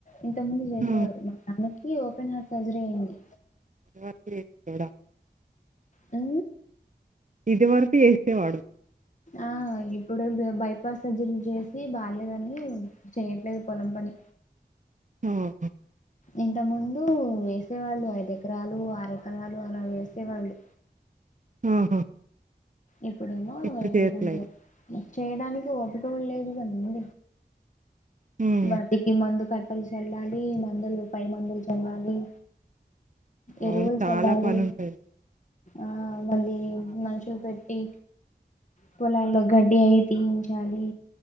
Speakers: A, on the left (about 45°); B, on the right (about 45°).
A: ఇంతకు ముందు చేసేవారు
B: ఆ!
A: మా నాన్నకి ఓపెన్ హార్ట్ సర్జరీ అయింది
B: వర్క్ చేసేటోడా
A: హ్
B: ఇది వరకు చేసేవాడు
A: ఆ ఇప్పుడు బైపాస్ సర్జరీలు చేసి బాలేదని చెయట్లేదు పొలం పని
B: ఓహో
A: ఇంతక ముందు వేసే వాళ్ళు ఐదు ఎకరాలు ఆరు ఎకరాలు అలా వేసే వాళ్ళు
B: ఆహా
A: ఇప్పుడేమో
B: ఇప్పుడు చేయట్లేదు.
A: రెండు చేయడానికి ఓపిక కూడా లేదు కదండి
B: హ్మ్.
A: వాటికి మందు కట్ కలిసేల్లాలి మందులు పై మందులు చల్లాలి ఎరువులు
B: అవును. చాలా
A: చల్లాలి
B: పనుంటది.
A: ఆ మళ్ళీ మనుషులు పెట్టి పొలాల్లో గడ్డి అయి తీయించాలి